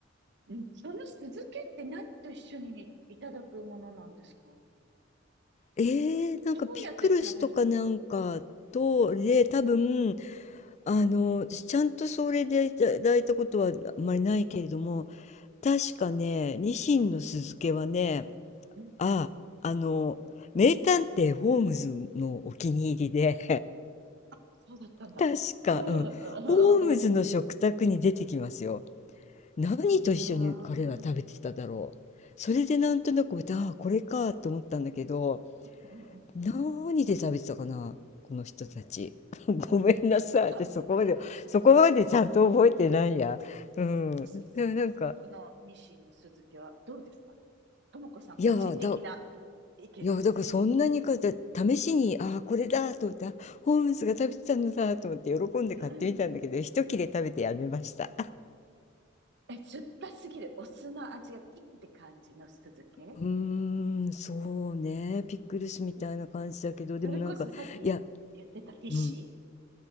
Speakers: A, on the right; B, on the left.
A: うんその酢漬けって何と一緒にいただくものなんですか
B: え。えー、なんかピクルスとかなんかと、
A: どうやって食べるの
B: で、
A: うん、
B: 多分、あの、私ちゃんとそれでいただいたことはあんまりないけれども、確かね、ニシンの酢漬けはね、
A: うん、
B: あ、あの、名探偵ホームズのお気に入りで
A: そうだったんだ。
B: 確か、
A: <laughs> あ
B: うん。ホームズの食卓に出てきますよ。何と一緒に彼は食べてただろう。
A: あ、
B: それでなんとなく、ああ、これかと思ったんだけど、
A: うんうんうん。
B: 何で食べてたかな、この人たち。<laughs> ごめんなさい。私そこまで、
A: <laughs>
B: そこまでちゃんと覚えてないや。
A: 好
B: うん。
A: きですかこのニシンの酢漬けは。
B: でもなんか、
A: どうですかともこさん、
B: いやー、
A: 個人的な
B: だ、
A: 意見としては。
B: いやー、だからそんなにか、だ試しに、ああ、これだと思って、あホームズが食べてたのだと思って喜んで買ってみたんだけど、
A: うん
B: 一切れ食べてやめました。
A: え、酸っぱすぎる。お酢の味がキンって感じの酢漬け
B: うーん、そうね、ピックルスみたいな感じだけど、でもなんか、
A: それこそさっき言ってたフィッシ
B: いや、うん、